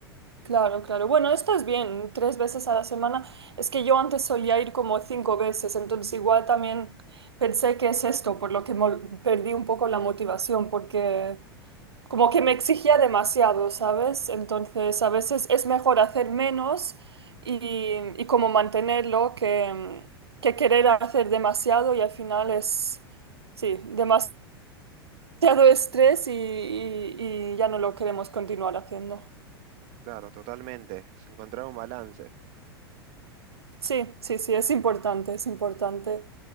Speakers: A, on the right; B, on the right.
A: Claro, claro. Bueno, esto es bien, tres veces a la semana. Es que yo antes solía ir como cinco veces, entonces igual también pensé que es esto, por lo que mol- perdí un poco la motivación, porque como que me exigía demasiado, ¿sabes? Entonces a veces es mejor hacer menos y, y como mantenerlo que, que querer hacer demasiado y al final es, sí, demasiado <laughs> estrés y, y y ya no lo queremos continuar haciendo.
B: Claro, totalmente, es encontrar un balance.
A: Sí, sí, sí, es importante, es importante.